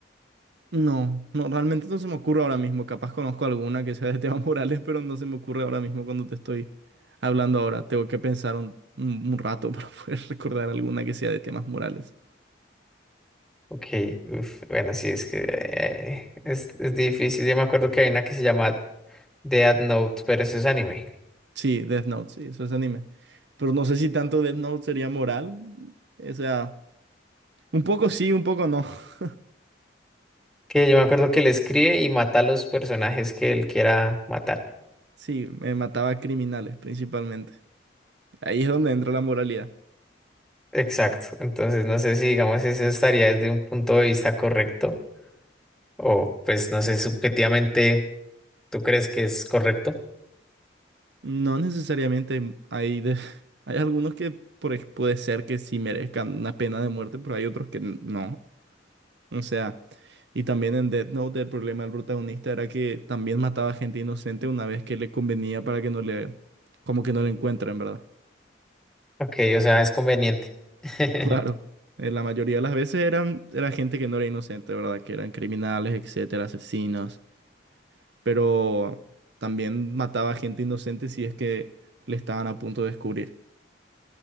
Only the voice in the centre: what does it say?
Ok, uf, bueno, sí, es que eh, es, es difícil. Yo me acuerdo que hay una que se llama Death Note, pero eso es anime.
Que yo me acuerdo que él escribe y mata a los personajes que él quiera matar.
Exacto. Entonces, no sé si, digamos, eso estaría desde un punto de vista correcto o, pues, no sé, subjetivamente, ¿tú crees que es correcto?
Ok, o sea, es conveniente. <laughs>